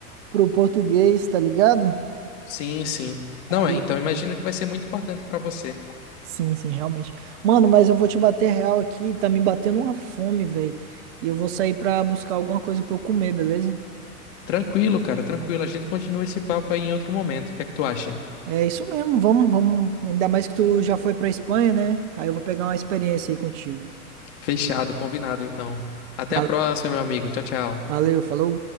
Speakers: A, on the right (about 50°); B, on the left (about 55°).
A: pro português, tá ligado?
B: Sim, sim.
A: Aí,
B: Não é, então imagino que vai ser muito importante para você.
A: sim, sim, realmente. Mano, mas eu vou te bater real aqui, tá me batendo uma fome, velho. E eu vou sair pra buscar alguma coisa pra eu comer, beleza?
B: Tranquilo, cara, tranquilo. A gente continua esse papo aí em outro momento. O que é que tu acha?
A: É isso mesmo, vamos, vamos. Ainda mais que tu já foi pra Espanha, né? Aí eu vou pegar uma experiência aí contigo.
B: Fechado, combinado então. Até
A: Val-
B: a próxima, meu amigo. Tchau, tchau.
A: Valeu, falou.